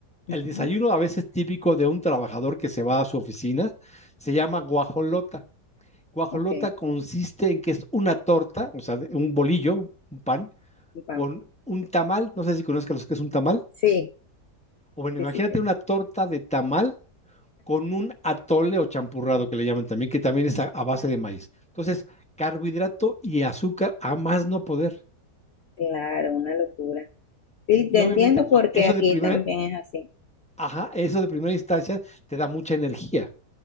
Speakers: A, on the left; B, in the centre.
A: Ujú.
B: El desayuno a veces típico de un trabajador que se va a su oficina se llama guajolota. Guajolota
A: Ok,
B: consiste en que es una torta, o sea, un bolillo, un pan,
A: y pan.
B: con un tamal, no sé si conozcas lo que es un tamal,
A: Sí,
B: o bueno,
A: sí,
B: imagínate
A: sí, sí.
B: una torta de tamal con un atole o champurrado que le llaman también, que también es a, a base de maíz. Entonces, carbohidrato y azúcar a más no poder.
A: Claro, una locura. Sí,
B: Y
A: te
B: obviamente
A: entiendo
B: eso,
A: porque
B: eso
A: aquí
B: de primera,
A: también es así.
B: ajá, eso de primera instancia te da mucha energía.